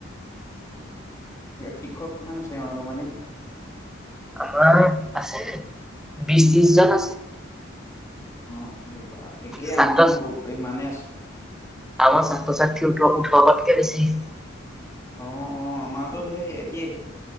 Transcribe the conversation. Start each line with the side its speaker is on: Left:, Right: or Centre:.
Left: শিক্ষক কিমান আছে অনুমানিক
Centre: আমাৰ আছে বিশ ত্ৰিশ জন আছে।
Left: অ একেই
Centre: ছাত্ৰ
Left: আমাৰো ইমানে আছে।
Centre: আমাৰ ছাত্ৰ-ছাত্ৰী সোতৰ ওঠৰ টাতকে বেছি।
Left: অ অ আমাৰটো সেই একেই।